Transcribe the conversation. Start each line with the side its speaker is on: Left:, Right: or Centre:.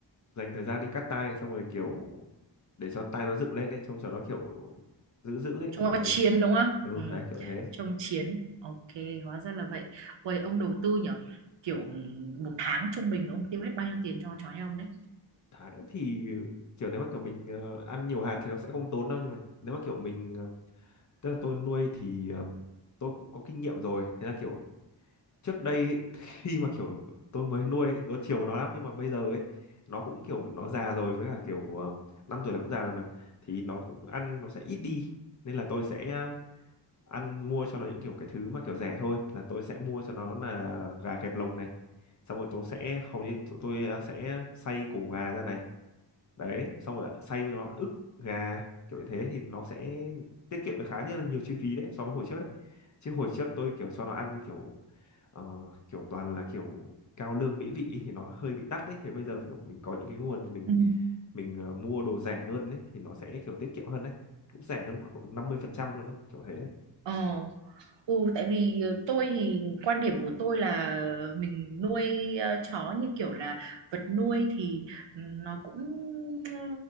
Left: dành thời gian đi cắt tai xong rồi kiểu để cho tai nó dựng lên ấy trông cho nó kiểu dữ dữ ấy
Right: Trông
Left: kiểu
Right: nó
Left: thế
Right: chiến đúng không?
Left: ừ
Right: Ừ,
Left: đấy kiểu thế
Right: trông chiến. Ok, hóa ra là vậy. Ôi, ông đầu tư nhở? Kiểu ừ, một tháng trung bình ông tiêu hết bao nhiêu tiền cho con chó nhà ông đấy?
Left: tháng thì kiểu nếu mà kiểu mình ờ, ăn nhiều hạt thì nó sẽ không tốn đâu nhưng mà nếu mà kiểu mình ờ, tức là tôi nuôi thì ờ, tôi cũng có kinh nghiệm rồi thế là kiểu trước đây ấy, <laughs> khi mà kiểu tôi mới nuôi ấy, tôi chiều nó lắm nhưng mà bây giờ ấy nó cũng kiểu nó già rồi với cả kiểu ờ, năm tuổi là cũng già rồi mà thì nó cũng ăn nó sẽ ít đi nên là tôi sẽ ờ, ăn mua cho nó những kiểu cái thứ mà kiểu rẻ thôi là tôi sẽ mua cho nó là gà kẹp lồng này xong rồi tôi sẽ hầu như tụi tôi ờ, sẽ xay củ gà ra này đấy xong rồi xay vào ức gà kiểu như thế thì nó sẽ tiết kiệm được khá nhiều, nhiều chi phí đấy so với hồi trước đấy chứ hồi trước tôi kiểu cho nó ăn kiểu ờ, kiểu toàn là kiểu cao lương mỹ vị ý, thì nó hơi bị tắt đấy thì bây giờ kiểu mình có những cái nguồn mà mình
Right: Ừ.
Left: mình ờ, mua đồ rẻ hơn đấy thì nó sẽ kiểu tiết kiệm hơn đấy cũng rẻ hơn khoảng độ 50% luôn đấy kiểu thế đấy
Right: Ờ. Ừ, tại vì ờ, tôi thì quan điểm của tôi là mình nuôi ờ, chó như kiểu là vật nuôi thì ừ, nó cũng ờ,